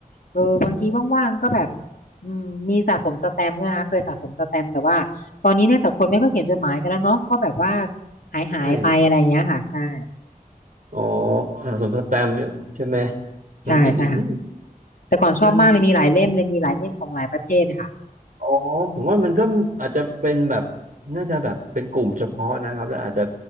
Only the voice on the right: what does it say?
ใช่อ๋อสมสแตมป์เนี่ยใช่ไหมสมสแตมป์นี่
มัน อ๋อผมว่ามันก็อาจจะเป็นแบบน่าจะแบบเป็นกลุ่มเฉพาะนะครับแล้วอาจจะ